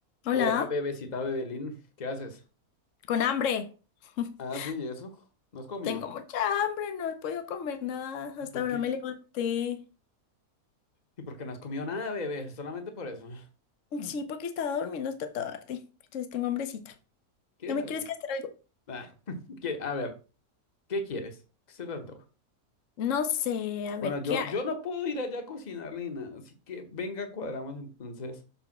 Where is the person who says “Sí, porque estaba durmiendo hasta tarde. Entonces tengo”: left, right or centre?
Left